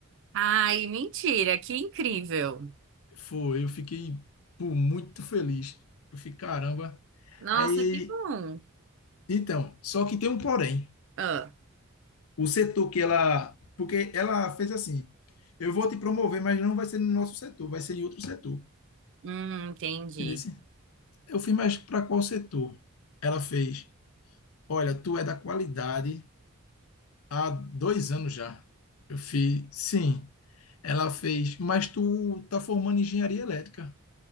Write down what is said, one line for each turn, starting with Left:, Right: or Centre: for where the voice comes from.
Right: Ai, mentira, que incrível.
Left: Foi, eu fiquei, pô, muito feliz. Eu fiquei, caramba.
Right: Nossa,
Left: Aí,
Right: que bom.
Left: então, só que tem um porém.
Right: Ah,
Left: O setor que ela, porque ela fez assim, eu vou te promover, mas não vai ser no nosso setor, vai ser em outro setor.
Right: hum, entendi.
Left: Entendeu? Eu fiz, mas para qual setor? Ela fez, olha, tu é da qualidade há dois anos já. Eu fiz, sim. Ela fez, mas tu tá formando engenharia elétrica.